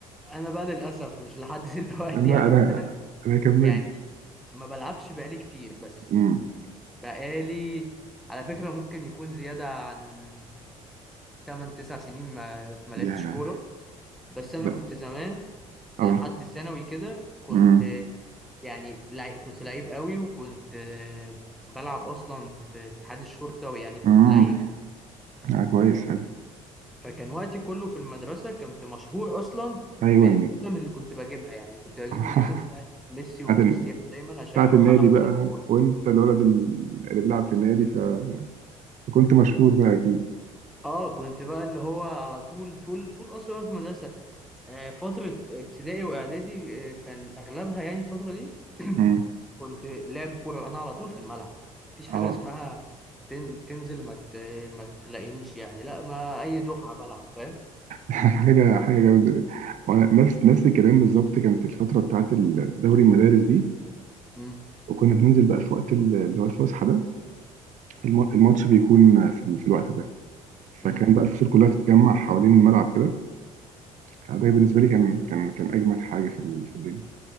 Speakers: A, in the centre; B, on the right (about 45°).
A: انا بقى للاسف مش لحد <laughs> دلوقتي
B: لا
A: يعني
B: انا
A: انا
B: انا كملت
A: يعني ما بلعبش بقالي كتير بس
B: امم
A: بقالي على فكرة ممكن يكون زيادة عن 8 9 سنين ما ما لعبتش
B: يا
A: كورة بس انا
B: لا
A: كنت زمان
B: اه
A: لحد ثانوي كده كنت
B: امم
A: يعني لع... كنت لعيب قوي وكنت آه، بلعب اصلا في اتحاد الشرطة ويعني كنت
B: امم
A: لعيب
B: آه كويس حلو
A: فكان وقتي كله في المدرسة كنت مشهور أصلا بالجزم
B: ايوه
A: اللي كنت بجيبها يعني كنت بجيب
B: <laughs>
A: الجزم بتاعت ميسي
B: بتاعت
A: وكريستيانو
B: ال-
A: دايما عشان
B: بتاعت
A: أروح
B: النادي
A: ألعب
B: بقى
A: بيها كورة
B: وانت الولد ال- اللي بيلعب في النادي ف- فكنت مشهور بقى اكيد
A: اه كنت بقى اللي هو على طول طول طول أصلا في المدرسة آه فترة ابتدائي وإعدادي آه كان أغلبها يعني الفترة دي <clears throat>
B: امم
A: كنت لعب كورة أنا على طول في الملعب مفيش حاجة
B: اه
A: اسمها تن... تنزل ما مت... ما تلاقينيش يعني لا ما أي دفعة بلعب فاهم
B: حاجة حاجة جامدة جدا وأنا نفس نفس الكلام بالظبط كانت الفترة بتاعت الدوري المدارس دي
A: مم.
B: وكنا بننزل بقى في وقت ال- اللي هو الفسحة ده الم- الماتش بيكون في, ال- في الوقت ده
A: مم.
B: فكان بقى الفصول كلها تتجمع حوالين الملعب كده فده بالنسبة لي كان كان كان أجمد حاجة في ال- في الدنيا